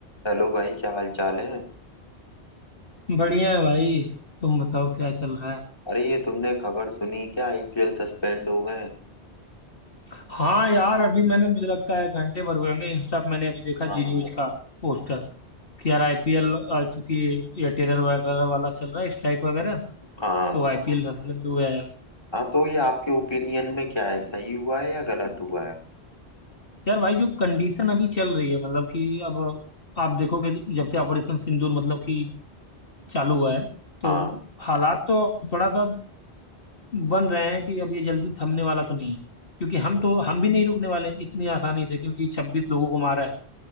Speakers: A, on the left; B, on the left.
A: Hello भाई क्या हाल चाल है
B: बढ़िया है भाई तुम बताओ क्या चल रहा है
A: अरे ये तुमने खबर सुनी क्या आईपीएल सस्पेंड हो गए
B: हाँ यार अभी मैंने मुझे लगता है घंटे भर हुए होंगे इंस्टा पे मैंने अभी देखा
A: हाँ
B: जी न्यूज का पोस्टर कि यार आईपीएल चूंकि ये टेरर वगैरह वाला चल रहा है स्ट्राइक वगैरह
A: हाँ
B: सो आईपीएल सस्पेंड हो गया यार
A: हाँ तो ये आपके ओपिनियन में क्या है सही हुआ है या गलत हुआ है
B: यार भाई जो कंडीशन अभी चल रही है मतलब कि अब आप देखोगे जब से ऑपरेशन सिंदूर मतलब कि चालू हुआ है तो
A: हाँ
B: हालात तो थोड़ा सा बन रहे हैं कि अब ये जल्दी थमने वाला तो नहीं है क्योंकि हम तो हम भी नहीं रुकने वाले इतनी आसानी से क्योंकि छब्बीस लोगों को मारा